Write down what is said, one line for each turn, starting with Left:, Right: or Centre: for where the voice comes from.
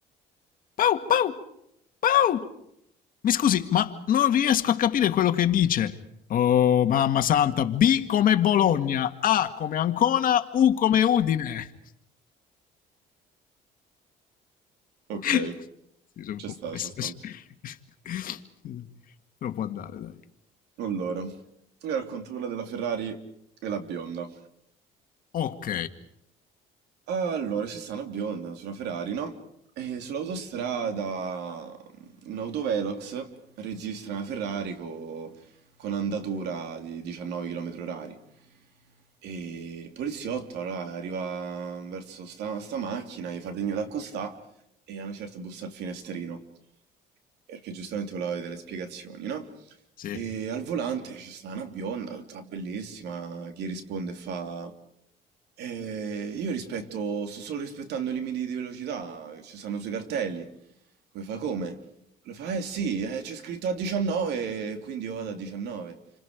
Left: Bau, bau! Bau! Mi scusi, ma non riesco a capire quello che dice. Oh, mamma santa, B come Bologna, A come Ancona, U come Udine.
Right: Ok,
Left: <laughs> sì, sono
Right: ci
Left: un po'
Right: sta,
Left: pessimo.
Right: ci sta.
Left: <laughs> Però può andare, dai.
Right: Allora, io racconto quella della Ferrari e la bionda.
Left: Ok.
Right: Allora, c'è sta una bionda su una Ferrari, no? E sull'autostrada mm, un autovelox registra una Ferrari co- con andatura di 19 km orari. E il poliziotto allora arriva verso sta, sta macchina, gli fa segno d'accostà e a una certa bussa al finestrino, perché giustamente voleva avere delle spiegazioni, no?
Left: Sì.
Right: E al volante c'è sta una bionda, tutta bellissima, che risponde e fa... Eh, io rispetto, sto solo rispettando i limiti di velocità, che ci stanno sui cartelli. Come fa come? Lui fa, eh sì, eh, c'è scritto a 19, quindi io vado a 19.